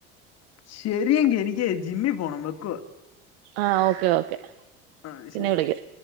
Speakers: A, on the left (about 55°); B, on the right (about 80°).
A: ശെരിയെങ്കി എനിക്കേ ജിമ്മി പോണം വെക്കുവാ
B: ആ ഓക്കെ ഓക്കെ
A: ആ
B: പിന്നെ
A: ശെരി
B: വിളിക്കാം
A: ശെരി